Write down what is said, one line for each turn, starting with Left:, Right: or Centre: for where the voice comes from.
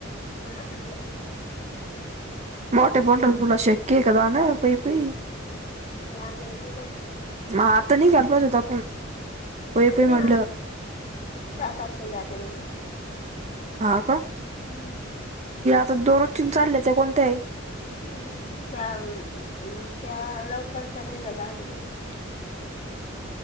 Left: ना आ ना
Right: मोठे बोंटल फुला शके कदा न पई पई
Left: आंब्यांची नाही
Right: मग आता नाही कापच होता आपण
Left: नाही
Right: पायी पायी
Left: नाही
Right: म्हणल्यावर
Left: सातार खेल जात दिंडया
Right: हा का?
Left: हम्म
Right: दररोज ची चालल्यात कोणत्या आ
Left: म त्या त्या लवकरचा नि <unintelligible>